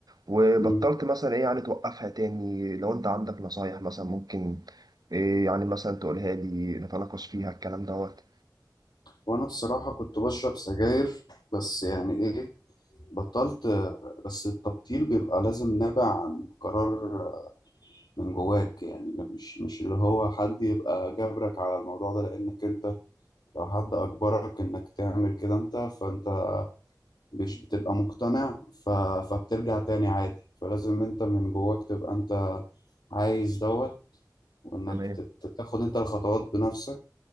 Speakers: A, on the right; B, on the left.
A: وبطلت
B: مم.
A: مثلا ايه يعني توقفها تاني لو انت عندك نصايح مثلا ممكن ايه يعني مثلا تقولها لي نتناقش فيها الكلام دوت
B: وأنا بصراحة كنت بشرب سجاير بس يعني إيه بطلت بس التبطيل بيبقى لازم نابع عن قرار من جواك يعني مش مش اللي هو حد يبقى جبرك على الموضوع ده لأنك أنت لو حد أجبرك إنك تعمل كده أنت فأنت مش بتبقى مقتنع ف... فبترجع تاني عادي فلازم أنت من جواك تبقى أنت عايز دوت وإنك
A: تمام
B: تت- تاخد أنت الخطوات بنفسك